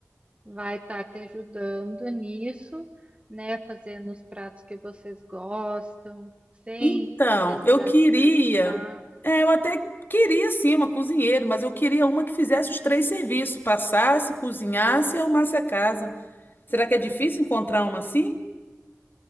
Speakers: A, on the right; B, on the left.
A: Vai estar te ajudando nisso, né? Fazendo os pratos que vocês gostam, sem
B: Então,
A: precisar
B: eu queria,
A: desperdiçar.
B: é, eu até queria sim uma cozinheira, mas eu queria uma que fizesse os três serviços, passasse, cozinhasse e arrumasse a casa. Será que é difícil encontrar uma assim?